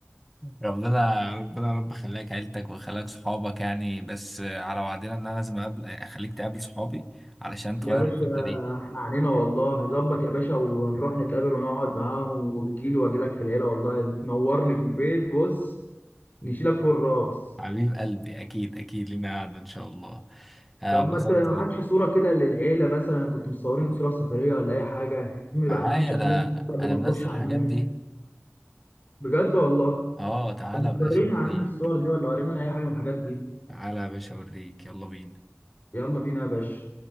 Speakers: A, in the centre; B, on the left (about 40°).
A: ربنا ربنا رب خلاك عيلتك وخلاك صحابك يعني بس على وعدنا ان انا لازم اقابل اخليك تقابل صحابي علشان تغير
B: يا باشا
A: الفكرة دي
B: احنا عنينا والله ظبط يا باشا ونروح نتقابل ونقعد معاهم وتجيلي واجي لك في العيله والله تنورني في البيت بص نشيلك فوق الراس
A: حبيب قلبي اكيد اكيد لينا قعدة ان شاء الله آه،
B: طب
A: اتبسطت
B: ما تعادش
A: جدا
B: صورة كده للعيلة مثلا كنت مصورين صورة في سفرية ولا أي حاجة هم يبقى
A: معايا
B: عارفين شكلهم
A: ده
B: قبل
A: انا
B: ما
A: منزل
B: نخش على
A: الحاجات
B: الناس
A: دي
B: بجد والله
A: اه تعالى
B: طب ما
A: يا باشا
B: تورينا
A: اوريك
B: يا عم الصور دي ولا ورينا أي حاجة من الحاجات دي
A: تعالى يا باشا اوريك يلا بينا
B: يلا بينا يا باشا